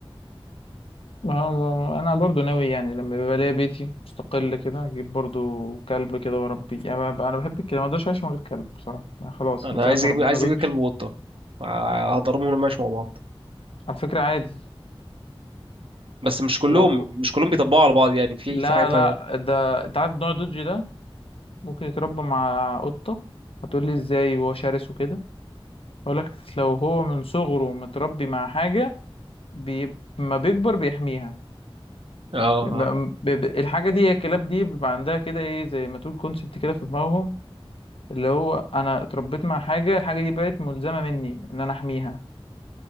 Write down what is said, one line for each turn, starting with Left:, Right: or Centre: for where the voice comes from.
Left: ما- انا برضو ناوي يعني لما بيبقى ليا بيتي مستقل كده اجيب برضو كلب كده واربيه يعني بقى- بقى انا بحب الكلاب ما اقدرش اعيش من غير كلب بصراحة أنا خلاص
Right: انا
Left: من ساعة
Right: عايز
Left: ما
Right: اجيب
Left: ربنا
Right: عايز
Left: دودج
Right: اجيب كلب وقطه ع- هضربهم لما ماشي مع بعض
Left: على فكرة عادي
Right: بس مش كلهم
Left: لو
Right: مش كلهم بيطبقوا على بعض يعني في
Left: لا
Right: في حاجات
Left: لا
Right: حاجات
Left: ده انت عارف نوع دوجي ده ممكن يتربى مع قطة هتقولي ازاي وهو شرس وكده اقولك لو هو من صغره متربي مع حاجة بي... ما بيكبر بيحميها
Right: اه
Left: بيبقى
Right: اه
Left: م- ب... ب... الحاجة دي هي الكلاب دي بيبقى عندها كده ايه زي ما تقول كونسبت كده في دماغهم اللي هو انا اتربيت مع حاجة الحاجة دي بقت ملزمة مني ان انا احميها